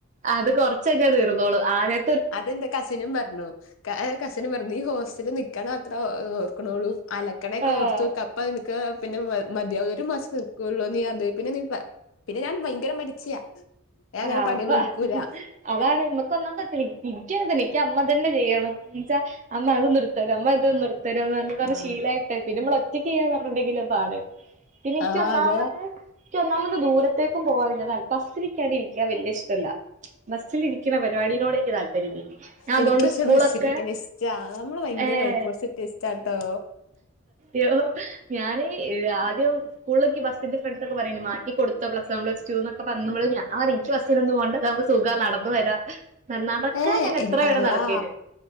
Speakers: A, on the right; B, on the left.
A: അത് കൊറച്ചയ്ന്നാ തീർന്നോളും ആദ്യ
B: അതെന്റെ കസിനും പറഞ്ഞു ക കസിനും പറഞ്ഞു ഈ ഹോസ്റ്റലി നി ക്കണ അത്ര ഓർക്കണോള്ളു അലക്കണെക്കെ
A: ആഹ്
B: ഓർത്ത് നോക്ക് അ അപ്പൊ നിക്ക് പിന്നെ മ മതിയാ ഒരു മാസം നിക്കൊള്ളൂ നീ അത് കഴിഞ്ഞ പിന്നെ നീ പിന്നെ ഞാൻ ഭയങ്കര മടിച്ചിയാ ഞാൻ അങ്ങനെ
A: ആഹ്
B: പണിയൊന്നും
A: അപ്പൊ
B: എടുക്കൂലാ
A: അതാണ് നമ്മക്കൊന്നാമത് പറ്റൂല എൻ എൻക്കി അതല്ല എൻക്ക്‌ അമ്മ തന്നെ ചെയ്യണം എന്ന്ച്ചാ അമ്മ അതൊന്നെടുത്തെരൊ അമ്മ ഇതൊന്നു എടു ഉത്തരവ് പറഞ്ഞ് പറഞ്ഞ്
B: ആ
A: ശീലായിട്ടേ പിന്നെ ഇമ്മള് ഒറ്റക്ക് ചെയ്യാൻ പറഞ്ഞിണ്ടെങ്കില് പാട് പിന്നെനിക്ക്
B: ആ
A: ഒന്നാമത്
B: അതെ
A: എനിക്കൊന്നാമത് ദൂരത്തേക്കും പോവാൻ വല്ല്യ താൽ ബസ്സിലിക്കാതെ ഇരി ക്കാൻ വല്ല്യ ഇഷ്ടല്ല ബസിലിരിക്കുന്ന പരിപാടിനോട് എനിക്ക് താല്പര്യം ഇല്ല ഞാൻ
B: എനിക്ക്
A: അതുകൊണ്ട്
B: പക്ഷെ
A: സ്കൂളൊക്കെ
B: ബസ്സിലിരിക്കണ <unintelligible> നമ്മള് ഭയങ്കര
A: ഏഹ്
B: ഓപ്പോസിറ്റിസ്റ്റാട്ടോ
A: യോ ഞാന് ആദ്യം സ്കൂളിലൊക്കെ ബസ്സിന്റെ ഫ്രണ്ട് ഒക്കെ പറയണ്ട് മാറ്റി കൊടുത്ത പ്ലസ് വൺ പ്ലസ് ടുന്നൊക്കെ പറഞ്ഞപ്പള് ഞാൻ പറഞ്ഞ് എനിക്ക് ബസ്സിനൊന്നും പോണ്ട ഇതാവുമ്പോ സുഖാ നടന്നു വരാ ഞാൻ നടക്കാൻ
B: ഏ
A: ഞാൻ
B: എനി
A: എത്ര വേണേ
B: അള്ളാ
A: നടക്കേത്